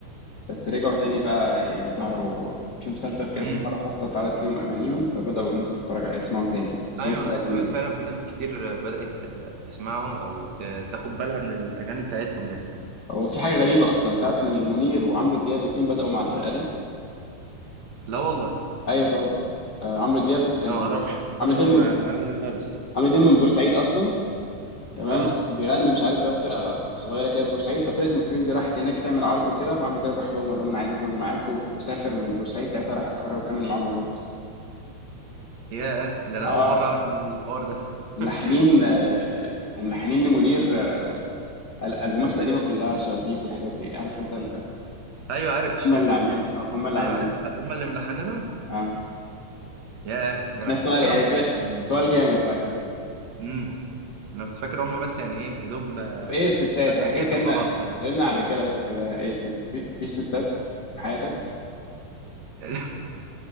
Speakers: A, on the left; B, on the right.
A: بس رجعوا تاني بقى يعني ظهروا في مسلسل كده
B: امم
A: اسمه حالة خاصة اتعرضت ليهم أغانيهم فبدأوا الناس تتفرج على اسمهم تاني يعني بس
B: أيوه
A: هم فرقة
B: أنا خدت
A: جميلة
B: بالي فعلا في ناس كتير بدأت تسمعهم أو ت- تاخد بالها من الأغاني بتاعتهم يعني
A: هو في حاجة غريبة أصلا أنت عارف إن منير وعمرو دياب الاتنين بدأوا مع الفرقة دي؟
B: لا والله
A: أيوه طبعا آه عمرو دياب كان
B: أنا ما أعرفش ما
A: عمرو
B: أعرفش
A: دياب
B: الم-
A: من...
B: المعلومة دي خالص
A: عمرو دياب من بورسعيد أصلا تمام
B: اه
A: فكان بيغني مش عارف بقى في فرقه صغيره كده في بورسعيد ففرقه المصريين دي راحت هناك تعمل عرض وكده فعمرو دياب راح لهم قال لهم انا عايز اكمل معاكم وسافر من بورسعيد ساعتها راح القاهره وكمل معاهم عروض
B: ياه ده انا
A: اه
B: اول مره اعرف من الحوار ده
A: وملحنين
B: <laughs>
A: آه، وملحنين لمنير آه، ال- البومات القديمه كلها شبابيك والحاجات دي عارف انت ال-
B: ايوه عارف الشبابي
A: هم اللي عاملين آه، هم اللي
B: ايوه
A: عاملين
B: عارف ده هم اللي ملحننا
A: اه
B: ياه ده انا
A: ناس
B: كنت
A: تقال
B: فاكرهم
A: يعني كده
B: يعني
A: تقال جامد بقى كده
B: امم انا كنت فاكر هم بس يعني ايه يا دوب آه،
A: طب ايه الستات
B: حلقة
A: احنا
B: كده
A: كده اتكلمنا
B: وخلاص يعني
A: اتكلمنا عن الرجاله بس كده ايه الدنيا في في ستات في حياتك
B: <laughs>